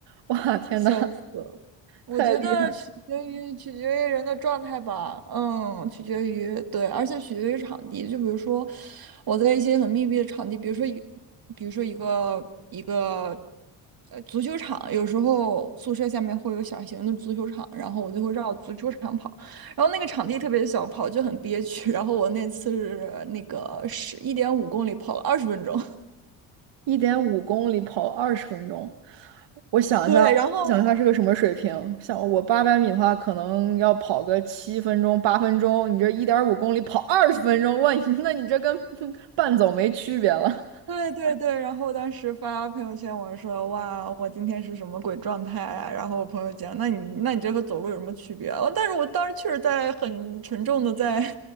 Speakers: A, on the right; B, on the right.
A: 哇，天呐，
B: 笑死！了。我觉得取决于取决于人的状态吧，
A: 太厉害！
B: 嗯，取决于对，而且取决于场地。就比如说，我在一些很密闭的场地，比如说一，比如说一个一个呃足球场，有时候宿舍下面会有小型的足球场，然后我就会绕足球场跑，然后那个场地特别小，跑就很憋屈。<laughs> 然后我那次是那个是一点五公里跑了二十分钟，
A: 一点五公里跑二十分钟，我想一下，
B: <laughs> 对，然后。
A: 想一下是个什么水平？像我八百米的话，可能要跑个七分钟、八分钟，你这一点五公里跑二十分钟，哇，<laughs> 你那你这跟 <laughs> 半走没区别了。
B: 对对对，然后当时发朋友圈，我说哇，我今天是什么鬼状态啊？然后我朋友讲，那你那你这和走路有什么区别啊？但是我当时确实在很沉重的在